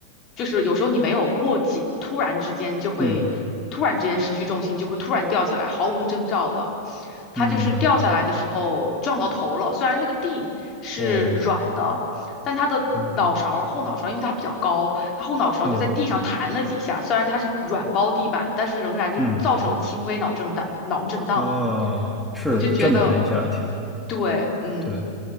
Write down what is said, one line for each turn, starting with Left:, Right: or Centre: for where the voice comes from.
Left: 就是有时候你没有握紧，突然之间就会，
Centre: 嗯
Left: 突然之间失去重心，就会突然掉下来，毫无征兆的。他就是掉下来的时候撞到头了，
Centre: 嗯，
Left: 虽然那个地是软的。
Centre: 哦，
Left: 但他的脑勺后脑勺，
Centre: 嗯
Left: 因为他比较高，他后脑勺就在地上弹了几下。
Centre: 嗯
Left: 虽然他是软包地板，但是仍然就造成了轻微脑震荡。
Centre: 嗯
Left: 脑震荡，
Centre: 啊，是震的那一下挺
Left: 我就觉得，对，嗯，
Centre: 对，